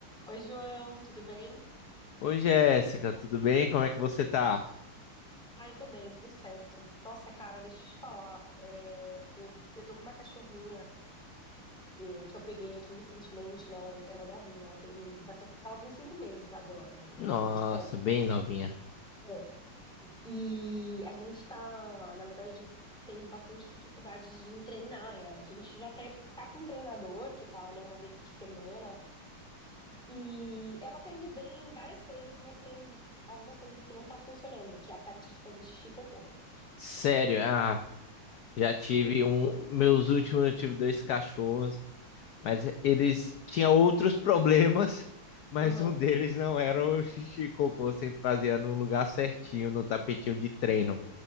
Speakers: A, in the centre; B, on the left (about 65°).
A: Oi, João, tudo bem?
B: Oi, Jéssica, tudo bem? Como é que você tá?
A: Ah, eu tô bem, tudo certo. Nossa, cara, deixa eu te falar. é, eu, eu tô com uma cachorrinha é, que eu peguei aqui recentemente, né? Ela, é ela é novinha, ela tem, vai fazer, ela tem cinco meses agora, né?
B: Nossa,
A: Então, tipo, ela
B: bem novinha.
A: é. E a gente tá, na verdade, tendo bastante dificuldades de treinar ela. A gente já até tá com um treinador que tá, né, uma vez por semana. E ela tá indo bem em várias coisas, mas tem algumas coisas que não tá funcionando, que é a parte de fazer xixi e cocô.
B: Sério, ah, já tive
A: E
B: um. Meus últimos, eu tive dois cachorros, mas eles tinham outros <laughs> problemas, mas
A: Aham,
B: um deles não era o xixi e cocô, sempre fazia no lugar certinho, no tapetinho de treino.